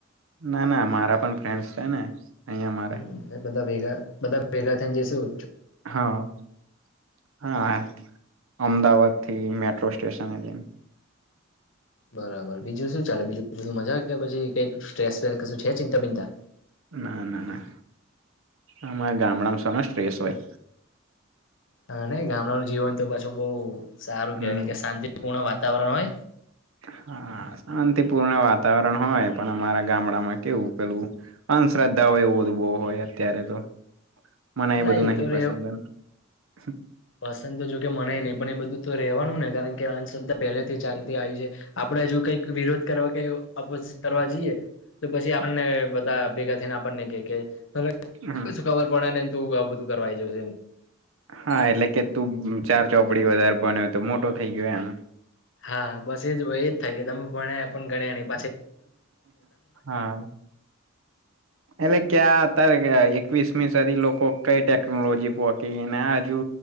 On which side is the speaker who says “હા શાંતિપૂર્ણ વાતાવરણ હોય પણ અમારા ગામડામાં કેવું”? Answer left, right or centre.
Right